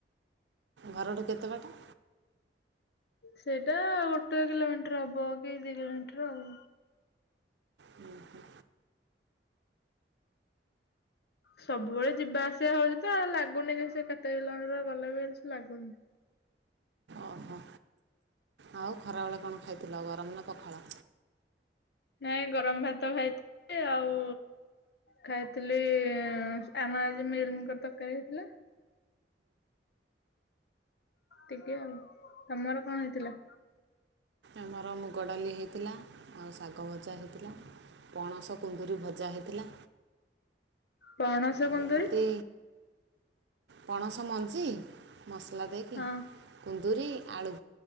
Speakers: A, on the right; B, on the left.
A: ଘରଠୁ କେତେ ବାଟ?
B: ସେଇଟା ଗୋଟେ କିଲୋମିଟର ହବ କି ଦି କିଲୋମିଟର ଆଉ।
A: ହୁଁ ହୁଁ।
B: ସବୁବେଳେ ଯିବା ଆସିବା ହଉଛି ତ ଲାଗୁନି କି ସେ କେତେ ଜଣର ଗଲେ ବି ହେ ସେ ଲାଗୁନି
A: ଓହୋ ଆଉ ଖରାବେଳେ କଣ? ଖାଇଥିଲ ଗରମ ନା ପଖାଳ?
B: ନାଇଁ ଗରମ ଭାତ ଖାଇଥିଲି ଆଉ ଖାଇଥିଲି ଆମର ଆଜି ମିଲମିକର ତରକାରୀ ହେଇଥିଲା। ଟିକେ ଆଉ ତମର କଣ ହେଇଥିଲା?
A: ଆମର ମୁଗ ଡାଲି ହେଇଥିଲା ଆଉ ଶାଗ ଭଜା ହେଇଥିଲା। ପଣସ କୁନ୍ଦୁରିୀ ଭଜା ହେଇଥିଲା।
B: ପଣସ
A: ଆଉ
B: କୁନ୍ଦୁରି।
A: ଏମିତି ପଣସ ମଞ୍ଜି? ମସଲା ଦେଇକି
B: ହଁ
A: କୁନ୍ଦୁରି ଆଳୁ